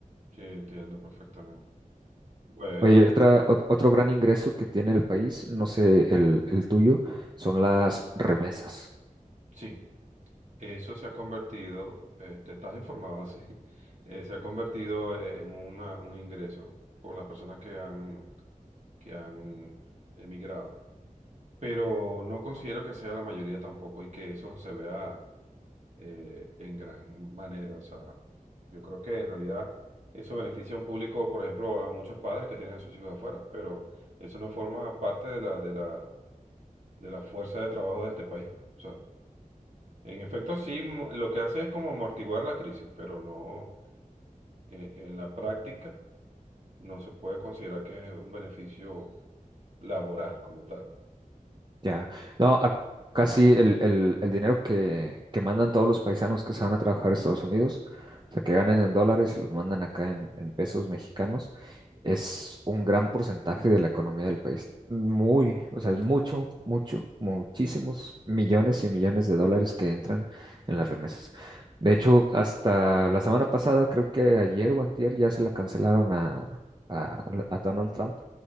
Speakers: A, on the right; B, on the right.
A: Sí, entiendo perfectamente. Bueno,
B: Oye, y otra, ot- otro gran ingreso que tiene el país, no sé el, el tuyo, son las remesas.
A: sí. Eso se ha convertido, eh, te estás informado así, <laughs> eh, se ha convertido e-, en una- un ingreso por las personas que han, que han emigrado. Pero no considero que sea la mayoría tampoco y que eso se vea eh, en gran manera. O sea, yo creo que en realidad eso beneficia a un público, por ejemplo, a muchos padres que tienen a sus hijos afuera, pero eso no forma parte de la, de la, de la fuerza de trabajo de este país. pues. O sea, en efecto, sí, mo- lo que hace es como amortiguar la crisis, pero no, eh, en la práctica no se puede considerar que es un beneficio laboral como tal.
B: Ya. No, ac- acá sí el, el, el dinero que, que mandan todos los paisanos que se van a trabajar a Estados Unidos, o sea, que ganen en dólares y los mandan acá en, en pesos mexicanos, es un gran porcentaje de la economía del país. Muy, o sea, es mucho, mucho, muchísimos millones y millones de dólares que entran en las remesas. De hecho, hasta la semana pasada, creo que ayer o antier, ya se la cancelaron a, a, a Donald Trump